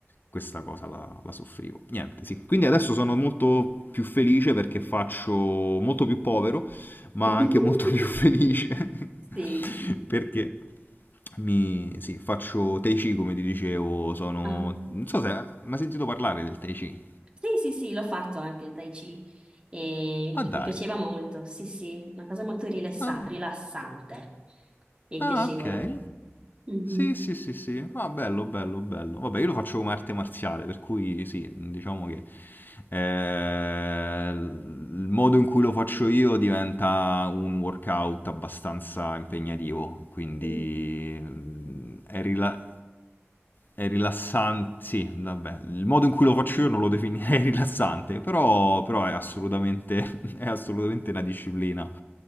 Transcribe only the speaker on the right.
<laughs>
Sì.
Ah.
Sì, sì, sì, l'ho fatto anche il Tai Chi e
mi piaceva molto. Sì, sì, una cosa molto rilassa-
rilassante e
piacevole.
Mhm.
Mhm.